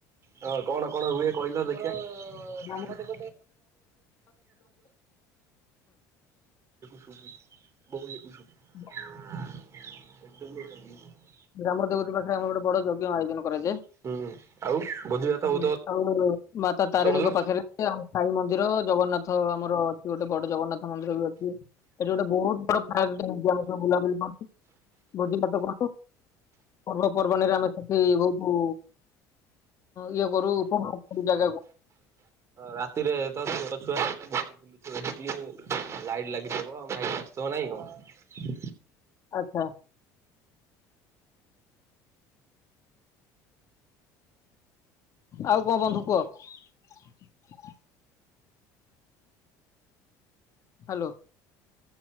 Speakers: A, on the right; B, on the left.
A: ହଁ କଣ କଣ ହୁଏ କହିଲ ଦେଖିବା? ବଉ
B: ଗ୍ରାମ
A: ୟାକୁ ଶୁଭୁଚି ବହୁ ୟାକୁ ଶୁଭୁଛି।
B: <inaudible>
A: <unintelligible>
B: ଗ୍ରାମର ଦେବି ପାଖରେ ଆମ ଗୋଟେ ବଡ ଯଜ୍ଞ ଆୟୋଜନ କରାଯାଏ।
A: ହୁଁ ଆଉ ଭୋଜିଭାତ
B: <unintelligible>
A: ହଉଥିବ
B: ଆଉ ମାତା ତାରିଣୀଙ୍କ
A: ତ ଭଲ।
B: ପାଖରେ ସାଇ ମନ୍ଦିର ଜଗନ୍ନାଥ ଆମର ଅଛି ଗୋଟେ ବଡ ଜଗନ୍ନାଥ ମନ୍ଦିର ବି ଅଛି। ଏଠି ଗୋଟେ ବହୁତ ବଡ <unintelligible> ଆମ ବୁଲାବୁଲି କରୁଛୁ ଭୋଜିଭାତ କରୁଛୁ। ପର୍ବପର୍ବାଣିରେ ଆମେ ସେଠି ବହୁତ ଇଏ କରୁ ଉପଭୋଗ ଜାଗାକୁ।
A: ରାତିରେ ତାର ଛୋଟ ଛୁଆ ବୁଲୁ ଥିବେ ସେତିକି ଲାଇଟ ଲାଗିଥିବ। ଆଉ ଲାଇଟ ଆସୁଥିବ ନାଇଁ କଣ।
B: ହଁ। ଆଉ କଣ ବନ୍ଧୁ କୁହ। ହ୍ୟାଲୋ।